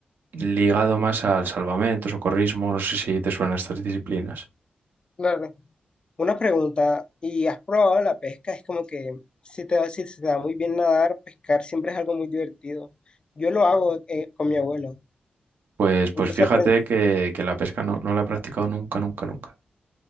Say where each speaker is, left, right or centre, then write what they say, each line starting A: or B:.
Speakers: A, on the right; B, on the left.
A: ligado más al salvamento, socorrismo, no sé si te suenan estas disciplinas.
B: Claro. Una pregunta, ¿y has probado la pesca? Es como que si te, da- si se te da muy bien nadar, pescar siempre es algo muy divertido. Yo lo hago eh, con mi abuelo.
A: Pues, pues
B: Incluso
A: fíjate
B: aprend-
A: que, que la pesca no, no la he practicado nunca, nunca, nunca.